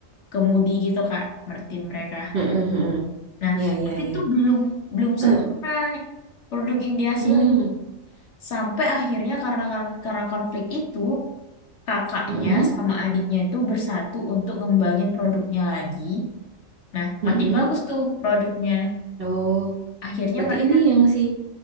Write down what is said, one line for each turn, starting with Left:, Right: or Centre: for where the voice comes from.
Left: kemudi gitu Kak, mer- tim mereka.
Right: mm-mm, mm-mm.
Left: Nah,
Right: Ya, ya,
Left: tapi
Right: ya.
Left: itu belum belum
Right: <clears throat>
Left: sempurna produk yang dihasilin.
Right: Hmm,
Left: Sampai akhirnya karena kar- karena konflik itu kakaknya
Right: mm-mm,
Left: sama adiknya itu bersatu untuk ngembangin produknya lagi. Nah,
Right: mm-mm.
Left: makin bagus tuh produknya.
Right: Oh,
Left: Akhirnya
Right: berarti
Left: mereka
Right: ini yang si...